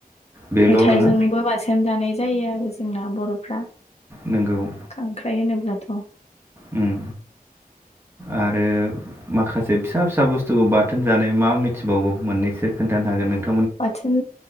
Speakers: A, on the right; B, on the left.
A: बेल'
B: मैथाजोंबो
A: नङा
B: बांसिन जानाय जायो आरो जोंना बर'फ्रा
A: नोंगौ
B: खांख्राइ होनोब्लाथ'
A: उम आरो माखासे फिसा फिसा बुस्थुखौ बाथोन जानाय मा मिनथिबावगौ मोननैसो खोन थानो हागोन नोंथ
B: बाथोन